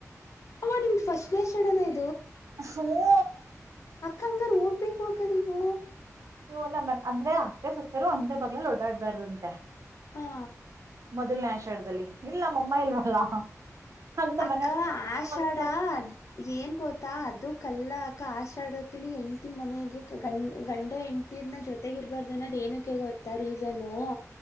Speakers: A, on the left; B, on the right.
A: ಅಮ್ಮು ನಿಮ್ದ ಫಸ್ಟ್ನೇ ಶಷಣನ ನಿ
B: ಹ್ಮ
A: ಅಕ್ಕ ಹಂಗಾರ ಹೋಗ್ಬೇಕು ಅಕ್ಕ ನೀನು.
B: ನೀವು ನಮ್ಮ ಅಂದ್ರೆ ಆತ್ತೆ ಸೊಸೆರು ಒಂದೇ ಬಗ್ಲಲ್ಲಿ ಓಡಾಡ್ಬಾರ್ದುಂತೆ.
A: ಹಾ
B: ಮೊದಲನೇ ಆಷರದಲ್ಲಿ ಇಲ್ಲ ನಮಮ್ಮ ಇಲ್ವಲ್ಲ. ಹಂಗ ನಮ್
A: ಅಕ್ಕ
B: ಮನೆಯವ್ರ್ ಆಲೆ
A: ಆಷಾಡ
B: ಒಂದು
A: ಅದ ಏನ್ ಗೊತ್ತಾ ಅದು. ಕಲ್ಲ ಅಕ್ಕ ಆಶಾಡಕ್ಲಿ ಎಂಡ್ತಿ ಮನೆಗೆ ಗಂಡ್ ಗಂಡ ಹೆಂಡತಿರ್ನ ಜೊತೆಗ ಇರ್ಬಾರ್ದನ ಏನಕ್ಕೆ ಗೊತ್ತಾ ರೀಸನ್ನು.